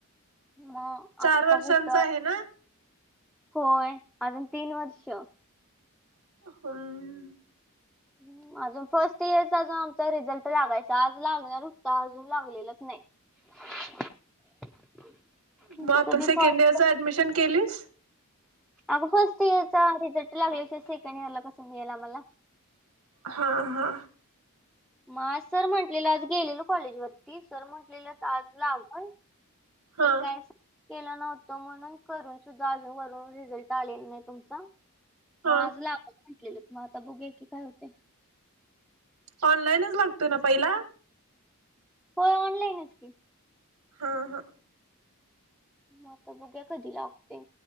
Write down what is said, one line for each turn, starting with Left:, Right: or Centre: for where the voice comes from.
Centre: मग
Right: चार
Centre: आता
Right: वर्षांचा
Centre: कुठ
Right: आहे ना
Centre: होय अजून तीन वर्ष.
Right: होय.
Centre: हम्म, अजून फर्स्ट इयरचा अजून आमचा रिझल्ट लागायचा, आज लागणार होता अजून लागलेलाच नाही. <inaudible>
Right: मग आता
Centre: कधी
Right: सेकंड
Centre: फर्स्ट
Right: इयर्स चं, ऍडमिशन केलीस.
Centre: अगं फर्स्ट इयर चा रिझल्ट लागल्या शिवाय, सेकंड इयर ला कस मिळेल आम्हाला.
Right: हा हा.
Centre: मग सर म्हटलेलं आज गेलेल कॉलेज वरती सर म्हंटलेलं आज लावण.
Right: हा
Centre: ते काय असं. केलं नव्हतं म्हणून करून सुद्धा, अजून वरून रिझल्ट आलेला नाही तुमचा.
Right: हा
Centre: मग आज लागेलं म्हटले मग आता बघु की काय होते.
Right: ऑनलाईनच लागतो ना पहिला?
Centre: होय. ऑनलाईनच की,
Right: हा हां.
Centre: मग आता बघूया, कधी लागतोय.